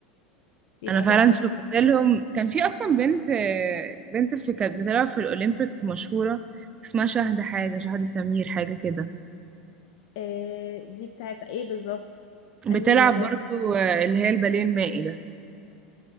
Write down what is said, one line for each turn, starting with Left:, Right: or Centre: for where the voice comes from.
Left: بيبقى
Right: انا فعلا
Left: تحفة
Right: شفت
Left: الصراحة
Right: لهم كان في اصلا بنت بنت في كانت بتلعب في الاولمبيكس مشهوره اسمها شهد حاجه شهد سمير حاجه كده
Left: آه دي بتاعت ايه بالظبط
Right: بتلعب
Left: انهي رياضة
Right: برضو آه، اللي هي الباليه المائي ده